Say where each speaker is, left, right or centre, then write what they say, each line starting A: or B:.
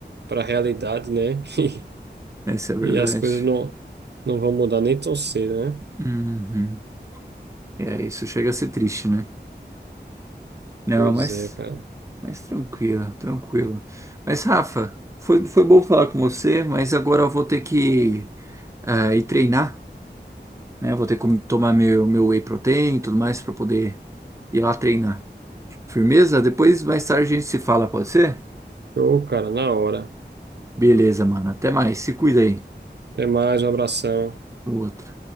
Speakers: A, on the right (about 70°); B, on the right (about 15°).
A: para a realidade, né? <laughs>
B: essa é a verdade.
A: E, e as coisas não, não vão mudar nem tão cedo, né?
B: Uhum. É, isso chega a ser triste, né? Não,
A: Pois
B: mas,
A: é, cara.
B: mas tranquilo, tranquilo. Mas, Rafa, foi, foi bom falar com você, mas agora eu vou ter que ah, ir treinar, né? Vou ter que tomar meu, meu whey protein e tudo mais para poder ir lá treinar. Firmeza? Depois, mais tarde, a gente se fala, pode ser?
A: Ô, cara, na hora.
B: Beleza, mano. Até mais. Se cuida aí.
A: Até mais, um abração.
B: O outro.